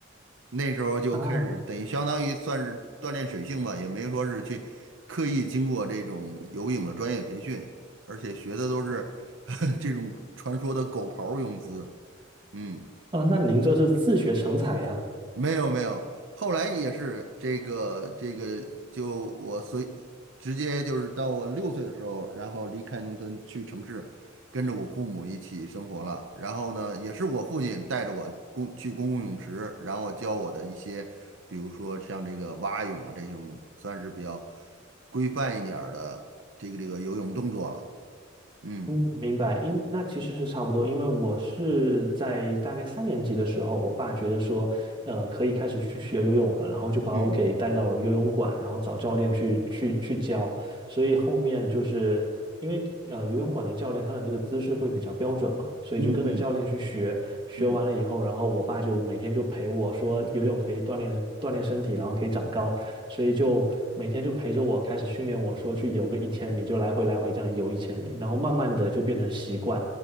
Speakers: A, on the right; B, on the right.
A: 那时候就开始，
B: 啊
A: 等于相当于算是锻炼水性吧，也没说是去刻意经过这种游泳的专业培训，而且学的都是 <laughs> 这种传说的狗刨儿泳姿。嗯。
B: 啊，那您这是自学成才呀？
A: 没有没有，后来也是这个这个，就我随直接就是到我六岁的时候，然后离开农村去城市，跟着我父母一起生活了。然后呢，也是我父亲带着我公去公共泳池，然后教我的一些，比如说像这个蛙泳啊这种，算是比较规范一点儿的这个这个游泳动作了。嗯
B: 嗯，明白，因那其实是差不多，因为我是在大概三年级的时候，我爸觉得说，呃，可以开始去学游泳了，然后就把我给带到了游泳馆，
A: 嗯
B: 然后找教练去去去教，所以后面就是因为呃游泳馆的教练他的那个姿势会比较标准嘛，所以就跟着教练去学，
A: 嗯嗯
B: 学完了以后，
A: 嗯。
B: 然后我爸就每天就陪我说游泳可以锻炼锻炼身体，然后可以长高，所以就每天就陪着我开始训练我说去游个一千米，就来回来回这样游一千米，然后慢慢的就变成习惯。